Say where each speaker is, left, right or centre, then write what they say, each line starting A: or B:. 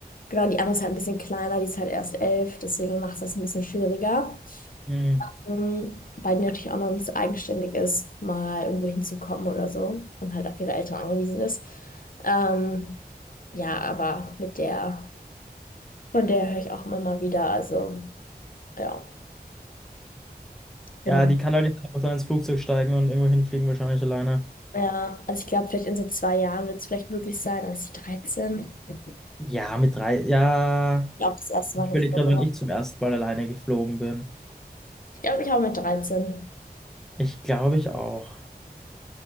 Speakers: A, on the left; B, in the centre.
A: Genau, die andere ist halt ein bisschen kleiner, die ist halt erst elf, deswegen macht es das ein bisschen schwieriger.
B: Hm.
A: Ähm, weil die natürlich auch noch nicht so eigenständig ist, mal irgendwo hinzukommen oder so und halt auf ihre Eltern angewiesen ist. Ähm, ja, aber mit der, von der höre ich auch immer mal wieder, also ja, genau.
B: Ja, die kann halt nicht einfach dann ins Flugzeug steigen und irgendwo hinfliegen, wahrscheinlich alleine.
A: Ja, also ich glaube, vielleicht in so zwei Jahren wird es vielleicht möglich sein, als ich dreizehn Ich
B: Ja, mit drei. Ja.
A: glaube, das erste
B: Ich
A: Mal geflogen.
B: will gerade, wenn ich zum ersten Mal alleine geflogen bin.
A: Ich glaube, ich auch mit 13
B: Ich glaube ich auch.